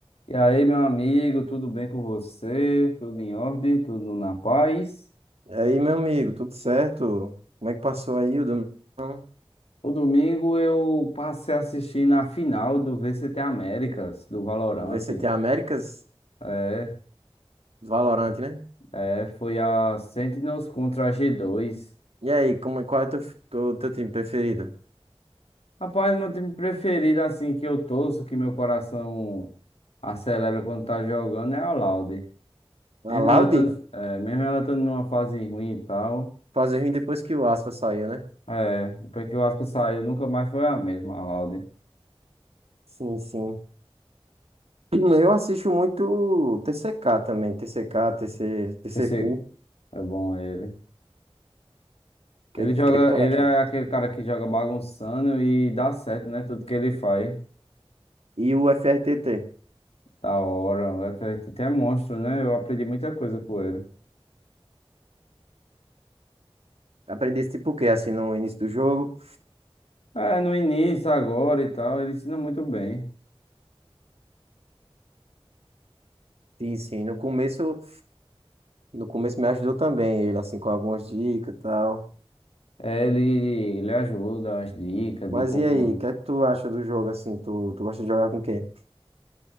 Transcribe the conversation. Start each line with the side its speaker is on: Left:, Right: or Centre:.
Left: E aí, meu amigo, tudo bem com você? Tudo em ordem? Tudo na paz?
Right: E aí, meu amigo, tudo certo? Como é que passou aí o domingão
Left: O domingo eu passei a assistir na final do VCT Américas, do Valorant,
Right: do VCT Américas?
Left: É,
Right: Do Valorant, né?
Left: é, foi a Sentinels contra a G2.
Right: E aí, como, é, qual é o teu, teu, teu time preferido?
Left: Rapaz, meu time preferido, assim, que eu torço, que meu coração acelera quando tá jogando, é a Loud.
Right: A
Left: Mesmo
Right: Laude?
Left: ela tando, é, mesmo ela tando numa fase ruim e tal,
Right: Fazer ruim depois que o Aspa saiu, né?
Left: é, depois que o Aspa saiu, nunca mais foi a mesma, a Loud.
Right: Sim, sim. <clears throat> Eu assisto muito TCK também, TCK, TC, TCQ.
Left: Pensei,
Right: O
Left: é bom ele.
Right: que,
Left: Ele joga,
Right: que é que tu
Left: ele
Right: acha?
Left: é
Right: aí?
Left: aquele cara que joga bagunçando e dá certo, né? Tudo que ele faz.
Right: E o FRTT.
Left: Da hora. Até é monstro, né? Eu aprendi muita coisa com ele.
Right: Aprendi esse tipo o quê? Assim, no início do jogo?
Left: É, no início, agora e tal, ele ensina muito bem.
Right: Sim, sim. No começo, no começo me ajudou também ele, assim, com algumas dicas e tal.
Left: É, ele, ele ajuda as dicas
Right: Mas
Left: de como.
Right: e aí, o que é que tu acha do jogo assim? Tu, tu gosta de jogar com quem?